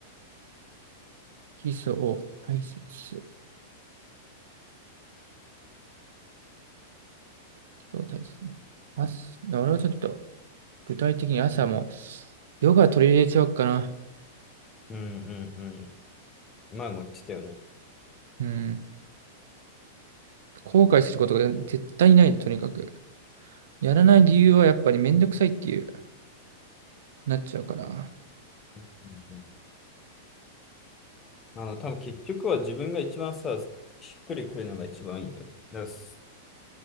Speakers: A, on the right; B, on the left.
A: 基礎を大切。基礎を大切に。朝、俺はちょっと具体的に朝もヨガ取り入れちゃおうかな。
B: う。うんうんうん。前も言ってたよね。
A: うん後悔することが絶対ない、とにかく。やらない理由はやっぱりめんどくさいっていう、なっちゃうから。
B: うんうん、あの、多分結局は自分が一番さ、しっくりくるのが一番いいんだよね。だからす